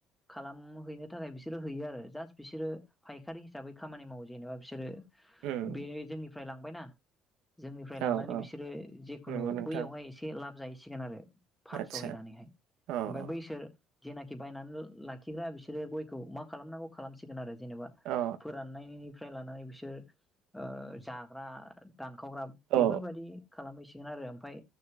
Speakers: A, in the centre; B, on the right.
A: खालामहैनो थाखाय बिसोरो हैयो आरो जास्ट बिसोरो फायखारि हिसाबै खामानि मावो जेनेबा बिसोरो
B: उम
A: बे जोंनि फ्रायलांबाय ना। जोंनिफ्राय लांनानै
B: औ औ
A: बिसोरो जेखुनु
B: नंगौ नोंथां
A: बैयावहाय एसे लाब जायोसै सिगोन आरो। फानस'
B: आदसा
A: हैैनानैहाय ओमफफ्राय
B: औ औ
A: बैसोर जेनाखि बायनानै लाखिग्रा बिसोरो गयखौ मा खालामनांगौ खालामसिगोन आरो। जेनेबा
B: औ
A: फोराननायनि फ्राय लानानै बिसोर ओ जाग्रा दानखावग्रा बेफोरबायदि
B: अ
A: खालामैस सिखोन आरो ओमफाय